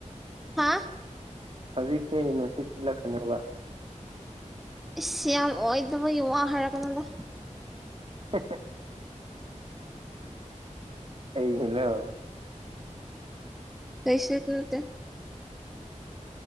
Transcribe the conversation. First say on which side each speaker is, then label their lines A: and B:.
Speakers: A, in the centre; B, on the right.
A: ꯍꯥꯥ
B: ꯍꯧꯖꯤꯛꯁꯦ ꯅꯨꯡꯁꯤꯠ ꯁꯤꯜꯂꯛꯁꯅꯨꯕ
A: ꯏꯁ ꯌꯥꯝ ꯑꯣꯏꯇꯕꯒꯤ ꯋꯥ ꯍꯥꯏꯔꯛꯀꯅꯨꯗ
B: ꯍꯦ ꯍꯦ ꯀꯩ ꯍꯩꯅꯧ
A: <unintelligible>